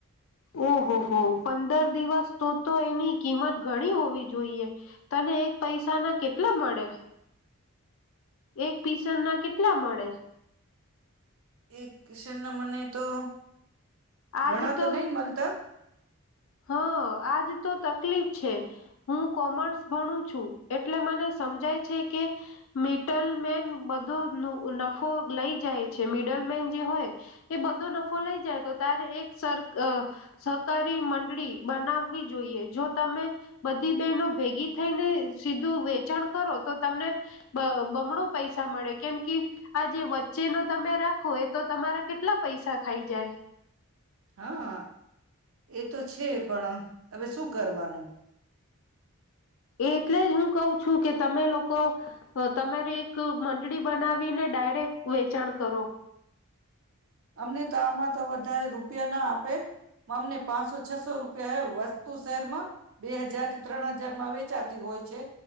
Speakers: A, on the left; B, on the right.
A: ઓહોહો પંદર દિવસ તો તો એની કિંમત ઘણી હોવી જોઈએ તને એક પૈસા ના કેટલા મળે. એક પીઝનના કેટલા મળે.
B: એક કિશન ના મને તો.
A: આજ
B: ઘણા
A: તો
B: નહી મળતા
A: હા આજ તો તકલીફ. હું કોમર્સ ભણું છું એટલે મને સમજાય છે કે મિટલ મેન બધો નફો લઈ જાય છે મિડલ મેન જે હોય એ બધો નફો લઈ જાય. તો તારે એક સર સહકારી મંડળી બનાવવી જોઈએ જો તમે બધી બહેનો ભેગી થઈને સીધું વેચાણ કરો તો તમને બમણો પૈસા મળે કેમ કે આ જે વચ્ચેનો તમે રાખો એ તો તમારા કેટલા પૈસા ખાઈ જાય.
B: હા એ તો છે પણ હવે શું કરવાનું.
A: એટલે જ હું કઉ છું કે તમે લોકો તમારી એક મંડળી બનાવીને ડાયરેક્ટ વેચાણ કરો.
B: અમને તો આમાં તો વધારે રો. રૂપિયા ના આપે. અમને પાંચસો છસો રૂપિયા. <inaudible> શહેરમાં બે હજારથી ત્રણ હજાર. માં વેચાતી હોય છે.